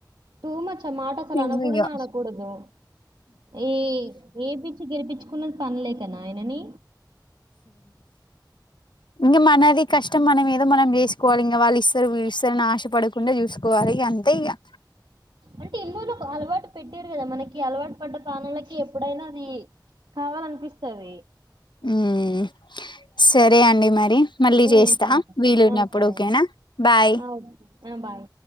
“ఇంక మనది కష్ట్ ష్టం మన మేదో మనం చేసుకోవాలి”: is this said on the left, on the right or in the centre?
Left